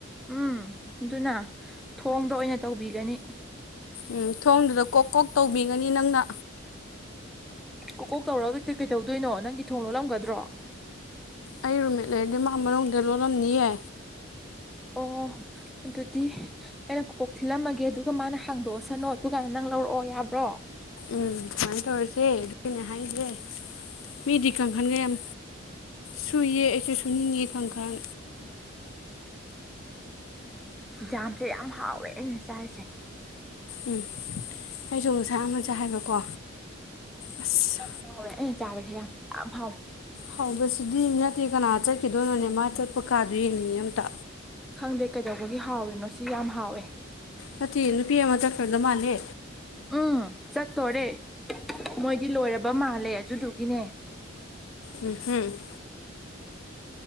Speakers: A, in the centre; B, on the left (about 75°).
A: ꯎꯝ ꯑꯗꯨꯅꯥ ꯊꯣꯡꯗ ꯑꯣꯏꯅ ꯇꯧꯕꯤꯒꯅꯤ
B: ꯎꯝ ꯊꯣꯡꯗꯨꯗ ꯀꯣꯛ ꯀꯣꯛ ꯇꯧꯕꯤꯒꯅꯤ ꯅꯪꯅ
A: ꯀꯣꯛ ꯀꯣꯛ ꯇꯧꯔꯒ ꯍꯦꯛꯇ ꯀꯩ ꯇꯧꯗꯣꯏꯅꯣ ꯅꯪꯒꯤ ꯊꯣꯡ ꯂꯣꯜꯂꯝꯒꯗ꯭ꯔꯣ
B: ꯑꯩ ꯔꯨꯝꯃꯦꯠꯠ ꯂꯩꯔꯗꯤ ꯃꯥ ꯃꯅꯨꯡꯗꯩ ꯂꯣꯜꯂꯝꯅꯤꯌꯦ
A: ꯑꯣ ꯑꯣ ꯑꯗꯨꯗꯤ ꯑꯩꯅ ꯀꯣ ꯀꯣꯛ ꯊꯤꯜꯂꯝꯃꯒꯦ ꯗꯨ <unintelligible> ꯃꯥꯅ ꯍꯥꯡꯗꯣꯛꯑꯁꯅꯣ ꯑꯗꯨꯀꯥꯟꯗ ꯅꯪ ꯂꯧꯔꯛꯑꯣ ꯌꯥꯕ꯭ꯔꯣ
B: ꯎꯝ ꯁꯨꯃꯥꯏ ꯇꯧꯔꯁꯦ ꯑꯗꯨ <unintelligible> ꯅꯦ ꯍꯥꯏꯁꯦ ꯃꯤꯗꯤ ꯀꯪ <unintelligible> ꯁꯨꯏꯌꯦ ꯑꯩꯁꯨ ꯁꯨꯅꯤꯡꯉꯩ ꯀꯥꯡꯈꯟ
A: ꯖꯥꯝꯁꯦ ꯌꯥꯝ ꯍꯥꯎꯋꯦ ꯑꯩꯅ ꯆꯥꯔꯤꯁꯦ
B: ꯎꯝ ꯑꯩꯁꯨ ꯉꯁꯥꯏ ꯑꯃꯥ ꯆꯥꯏ ꯍꯥꯏꯕꯀꯣ ꯑꯁ
A: <unintelligible> ꯑꯩꯅ ꯆꯥꯕꯁꯦ ꯌꯥꯝ ꯍꯥꯎ
B: ꯍꯥꯎꯕꯁꯤꯗꯤ ꯅꯠꯇꯦ ꯀꯅꯥ ꯆꯠꯈꯤꯗꯣꯏꯅꯣꯅꯦ ꯅꯣꯅꯦꯃꯥ ꯆꯠꯄ ꯀꯥꯗꯣ ꯌꯦꯡꯅꯤꯡꯉꯤ ꯑꯝꯇ
A: ꯈꯪꯗꯦ ꯀꯩꯗꯧꯕꯒꯤ ꯍꯥꯎꯔꯤꯅꯣ ꯁꯤ ꯌꯥꯝ ꯍꯥꯎꯋꯦ
B: ꯅꯠꯇꯦ ꯅꯨꯄꯤ ꯑꯃ ꯆꯠꯈ꯭ꯔꯗ ꯃꯥꯜꯂꯦ
A: ꯎꯝ ꯆꯠꯇꯣꯔꯦ ꯃꯣꯏꯗꯤ ꯂꯣꯏꯔꯕ ꯃꯥꯜꯂꯦ ꯑꯗꯨꯗꯨꯒꯤꯅꯦ
B: ꯎꯝ <unintelligible>